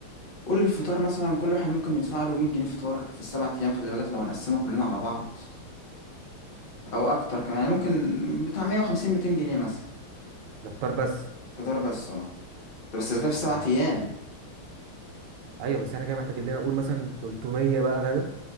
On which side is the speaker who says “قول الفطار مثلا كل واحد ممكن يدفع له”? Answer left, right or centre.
Left